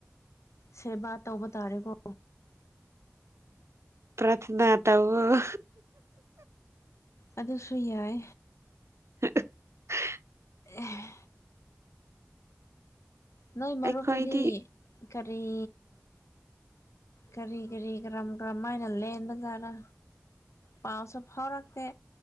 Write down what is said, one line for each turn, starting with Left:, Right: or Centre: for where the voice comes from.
Left: ꯁꯦꯕꯥ ꯇꯧꯕ ꯇꯥꯔꯦꯒꯣ
Right: ꯄ꯭ꯔꯊꯅꯥ ꯇꯧꯑꯣ
Left: ꯑꯗꯨꯁꯨ ꯌꯥꯏ
Right: <inaudible>
Left: ꯑꯦ ꯅꯣꯏ ꯃꯔꯨꯞꯇꯨꯗꯤ
Right: ꯑꯩꯈꯣꯏꯗꯤ
Left: ꯀꯔꯤ ꯀꯔꯤ ꯀꯔꯤ ꯀ꯭ꯔꯝ ꯀ꯭ꯔꯝ ꯃꯥꯏꯅ ꯂꯦꯟꯕ ꯖꯥꯔꯥ ꯄꯥꯎꯁꯨ ꯐꯥꯎꯔꯛꯇꯦ